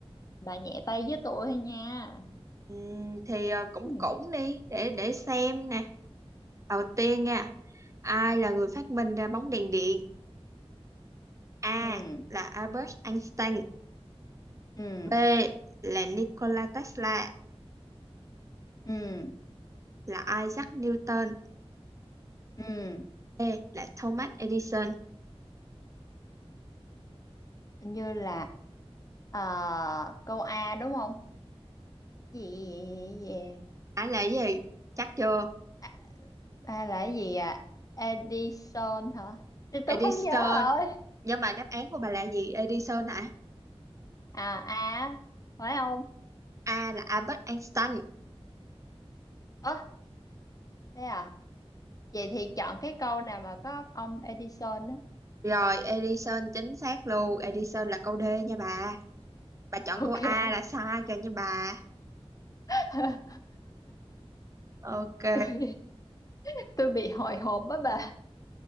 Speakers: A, on the left; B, on the right.
A: Bà nhẹ tay với tôi thôi nha.
B: Ừm, thì ờ, cũng
A: <laughs>
B: cũng đi để để xem nè. Đầu tiên nha, ai là người phát minh ra bóng đèn điện? A
A: Ừ,
B: là Albert Einstein,
A: ừ,
B: B là Nikola Tesla,
A: ừ,
B: là Isaac Newton,
A: ừ. ừ
B: C là Thomas Edison.
A: như là ờ, câu A đúng không gì gì
B: Ai là cái gì? Chắc chưa?
A: à, à, A là cái gì à Edison hả Thì
B: Edison.
A: tôi không nhớ rồi
B: Nhưng mà đáp án của bà là gì? Edison hả?
A: à A phải không
B: A là Albert Einstein.
A: ơ thế à vậy thì chọn cái câu nào mà có ông Edison á
B: Rồi, Edison chính xác luôn. Edison là câu D nha bà. Bà chọn
A: ok
B: câu A
A: không
B: là sai kìa nha bà.
A: <laughs>
B: Ok,
A: tôi tôi bị hồi hộp á bà